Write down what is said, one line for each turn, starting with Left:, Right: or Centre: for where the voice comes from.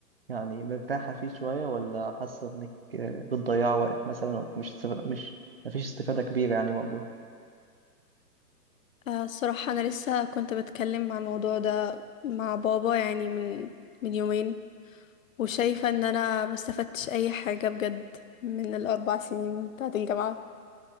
Right: يعني مرتاحة فيه شوية ولا حاسة انك آه، بتضيع وقت مثلا مش استف... مش مفيش استفادة كبيرة يعني موجود
Left: آه، الصراحة أنا لسه كنت بتكلم عن الموضوع ده مع بابا يعني من من يومين وشايفة إن أنا مستفدتش أي حاجة بجد من الأربع سنين بتاعة الجامعة